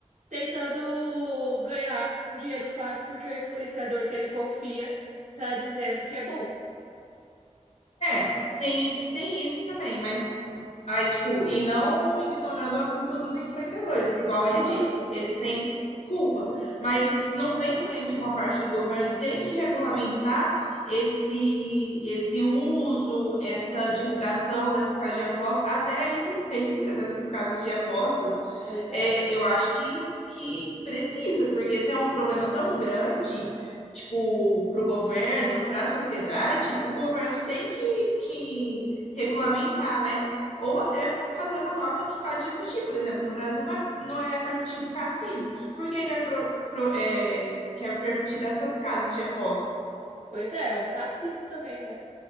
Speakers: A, on the right (about 75°); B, on the left (about 65°).
A: tentando ganhar um dinheiro fácil porque o influenciador que ele confia tá dizendo que é bom.
B: É, tem tem isso também, mas aí tipo, e não ignorando a culpa dos influenciadores, igual
A: Aham,
B: ele disse, eles têm culpa, mas não vem também de uma parte do governo ter que regulamentar esse esse uso, essa divulgação dessas casas de apostas, até a existência dessas casas de apostas.
A: pois
B: É,
A: é.
B: eu acho que que precisa, porque se é um problema tão grande tipo, para o governo, para a sociedade, o governo tem que, que regulamentar, né? Ou até fazer uma norma que pare de existir. Por exemplo, no Brasil não é, não é permitido cassino. Por que é, pro- pro- é, que é permitido essas casas de aposta?
A: Pois é, é um cassino também, né?